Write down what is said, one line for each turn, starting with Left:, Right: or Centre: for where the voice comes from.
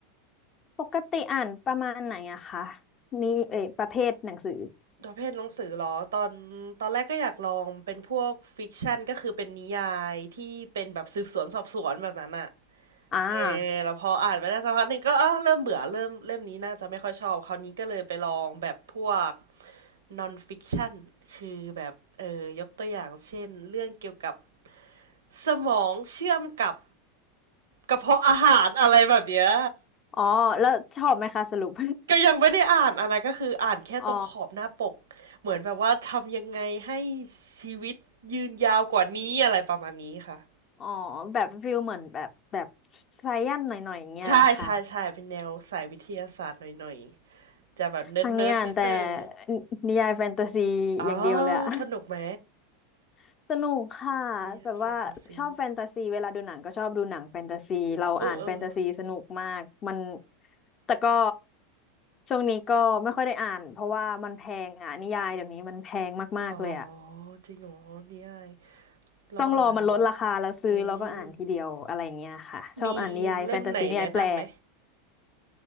Left: <laughs> ปกติอ่านประมาณไหนอะคะมีเอยประเภทหนังสือ
Right: ประเภทหนังสือเหรอตอนตอนแรกก็อยากลองเป็นพวกฟิกชันก็คือเป็นนิยายที่เป็นแบบสืบสวนสอบสวนแบบนั้นอะ
Left: อ่า
Right: เออแล้วพออ่านไปได้สักพักหนึ่งก็อ้าวเริ่มเบื่อเริ่มเล่มนี้น่าจะไม่ค่อยชอบคราวนี้ก็เลยไปลองแบบพวก non fiction คือแบบเออยกตัวอย่างเช่นเรื่องเกี่ยวกับสมองเชื่อมกับกระเพาะอาหารอะไรแบบเนี้ย
Left: อ๋อแล้วชอบไหมคะสรุป
Right: ก็ยังไม่ได้อ่านอันนั้นก็คืออ่านแค่ตรงขอบหน้าปกเหมือนแบบว่าทำยังไงให้
Left: <laughs> อ๋อ
Right: ชีวิตยืนยาวกว่านี้อะไรประมาณนี้ค่ะ
Left: อ๋อแบบฟิลเหมือนแบบแบบไซแอนหน่อยๆอย่างเงี้ยละค่ะ
Right: ใช่ใช่ใช่เป็นแนวสายวิทยาศาสตร์หน่อยๆจะแบบเนิร์ดๆนิดหนึง
Left: ทั้งนี้อ่านแต่นิยายแฟนตาซีอย่างเดียวเลยอะ
Right: อ๋อสนุกไหม
Left: <laughs> สนุกค่ะแบบว่าชอบแฟนตาซีเวลาดูหนังก็ชอบดูหนังแฟนตาซีเราอ่านแฟนตาซีสนุกมากมัน
Right: Dear Fantasy เออเออ
Left: แต่ก็ช่วงนี้ก็ไม่ค่อยได้อ่านเพราะว่ามันแพงอ่ะนิยายเดี๋ยวนี้มันแพงมากๆเลยอ่ะ
Right: อ๋อจริงเหรอนี่ไอายเราอ่าน
Left: ต้องรอมันลดราคาแล้วซื้อแล้วก็อ่านทีเดียวอะไรอย่างเงี้ยค่ะชอบอ่านนิยายแฟนตาซีนิยายแปล
Right: อืมมีเล่มไหนแนะนำไหม